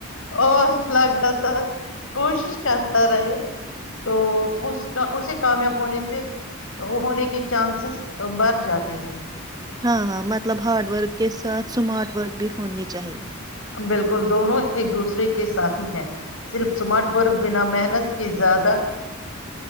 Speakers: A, on the left (about 70°); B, on the right (about 20°).
A: اور لگاتار کوشش کرتا رہے تو اس کا اسے کامیاب ہونے سے ہونے کے چانسز بڑھ جاتے ہیں
B: ہاں ہاں مطلب ہارڈ ورک کے ساتھ سمارٹ ورک بھی ہونی چاہیے
A: بالکل دونوں ایک دوسرے کے ساتھ ہی ہیں صرف سمارٹ ورک بنا محنت کے زیادہ